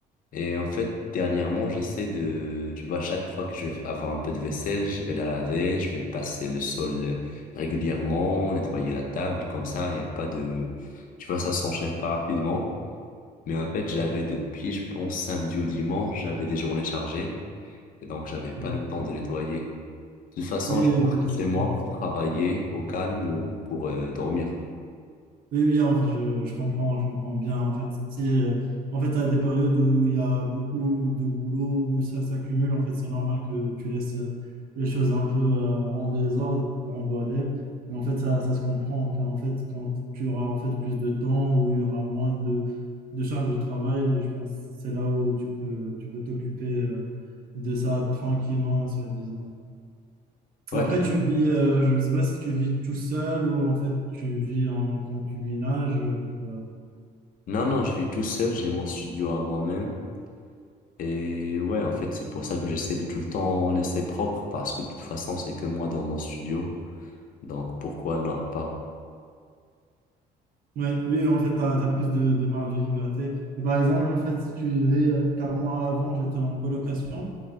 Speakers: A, on the left; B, on the right.
A: Et en fait, dernièrement, j'essaie de, tu vois, chaque fois que je vais avoir un peu de vaisselle, je vais la laver, je vais passer le sol régulièrement, nettoyer la table, comme ça, il n'y a pas de, tu vois, ça s'enchaîne pas rapidement. Mais en fait, j'avais depuis, je pense, samedi ou dimanche, j'avais des journées chargées, et donc j'avais
B: Donc,
A: pas le temps de nettoyer. De toute façon,
B: oui,
A: je rentre
B: en fait,
A: chez
B: je
A: moi
B: pense.
A: pour travailler au calme ou pour euh, dormir.
B: Oui, oui, en fait, je, je comprends, je comprends bien. En fait, si, euh, en fait, à des périodes où il y a beaucoup de boulot, où ça s'accumule, en fait, c'est normal que tu laisses euh, les choses un peu euh, en désordre, en bordel. Mais en fait, ça, ça se comprend. Quand, en fait, quand tu auras en fait plus de temps, où il y aura moins de, de charges de travail, je pense que c'est là où tu peux, tu peux t'occuper euh, de ça tranquillement, soi-disant.
A: Ouais.
B: Après, tu vis, euh, je ne sais pas si tu vis tout seul ou en fait tu vis en concubinage. ou, euh,
A: Non, non, je vis tout seul, j'ai mon studio à moi-même. Et ouais, en fait, c'est pour ça que j'essaie de tout le temps laisser propre, parce que de toute façon, c'est que moi dans mon studio. Donc, pourquoi non, pas?
B: ouais, oui, en fait, tu as, plus de, de marge de liberté. Mais par exemple, en fait, si tu vivais, car moi avant, j'étais en colocation,